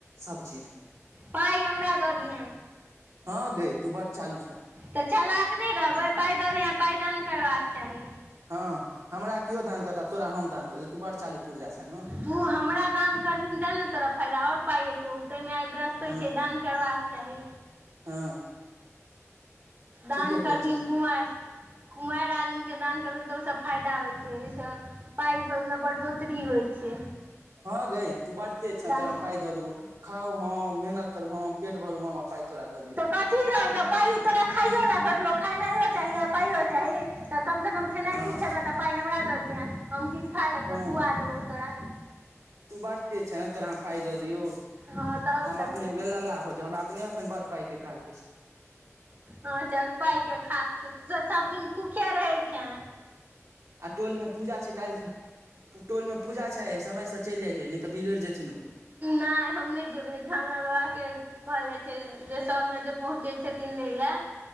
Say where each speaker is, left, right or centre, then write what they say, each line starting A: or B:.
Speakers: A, on the right; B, on the right.
A: सभ चीज।
B: पाइ हमरा दऽ दिहे।
A: हँ, गय तू बार चलू।
B: तऽ चलके नहि रहबै पैदल याँ पैदान करबाक चाही।
A: हँ, हमरा केओ दान करताह, तोरा हम दान करतौ। तू बड़ चालू-पुर्जा छऽ ने।
B: तू हमरा दान करबे ने, तऽ तोरा फायदा आओर पायतऽ आ बस्ता
A: हँ
B: दऽ। करबाक चाही।
A: हँ। ठीके
B: दान करवीन
A: कहै छै
B: कुमार। कुमारी आदमीके दान करबै तऽ ओसभ फायदा होइ छै, एहिसँ। पाइ परमे बढ़ोतरी होइ छै।
A: हँ गे, तू बड़ तेज छे ने,
B: दान
A: तोरा हम पाइ दऽ देबो। खाउ, हम मेहनत करू, हम पेट भरू, हम पाइ तोरा दऽ दियौ।
B: तऽ कथी रहौ? तऽ पाइ तोरा खाइयो लऽ भेटलौ, खेनाइयो चाही आ पाइयो चाही तऽ कमसँ कम। खेनाइ
A: हँ
B: तू खेबह तऽ पाइ हमरा दऽ दिहे, हम किछु खा लेब
A: हँ
B: तऽ दुआ देबौ तोरा।
A: तू बात तेज छे ने तोरा हम पााय दऽ दियौ
B: हँ तऽ आओर
A: हम
B: कथी
A: अपने वेला भऽ जाउ हमरा। अपने ओखन बड़ पाइके कह द।
B: हँ, चल पाय मके खा छौ सभदिन भूखे रहै छै।
A: आ टोलमे पूजा छै, काल्हि खन। टोलमे पूजा छै, समयसँ चलि जइयै नहि तऽ बिगड़ जेथिन ओ।
B: नहि हम नहि जेबै झामला बाबाके की कहल जाइ छै, जे सभमे जे पहुँचै छथिन लएले।